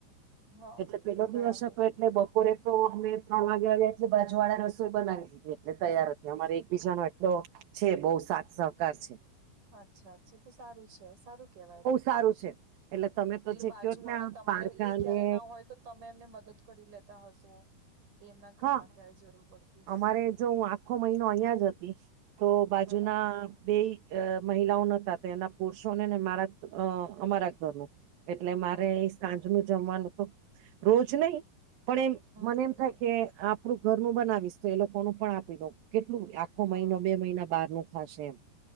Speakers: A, on the right; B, on the right.
A: હા
B: એટલે પેલો
A: બરાબર
B: દિવસ હતો એટલે બપોરે તો અમે ત્રણ વાગ્યા એટલે બાજુ વાળા રસોઈ બનાવી દીધી એટલે તૈયાર હતી અમારે એકબીજા ન એટલો છે, બહુ સાથ સહકાર છે.
A: અચ્છા અચ્છા તો સારું છે સારું કેવાય તો બહુ
B: સારું
A: જ
B: છે એટલે તમે તો
A: એટલે
B: જે
A: બાજુ
B: કયો
A: વાળા
B: ને આ
A: તમારે
B: પારકા
A: એ ક્યારે
B: ને
A: ના હોય તો તમે એમને મદદ કરી લેતા હશો. એમના ઘરમાં
B: હા
A: ક્યાય જરૂર પડતી હશે
B: અમારે જો હું આખો મહિનો અહીયાં જ હતી તો બાજુના
A: બરાબર
B: બેય અ મહિલાઓ નતા તો એમના પુરુષોને ને મારા અ અમારા ઘરનું એટલે મારે
A: હા
B: એ સાંજ નું જમવાનું તો રોજ નહી પણ એમ
A: હમ
B: મને એમ કે આપડું ઘરનું બનાવીશ તો એ લોકોનું પણ આપી દઉ કેટલું
A: હા
B: મહિનો બે મહિના બાર નું ખાશે એમ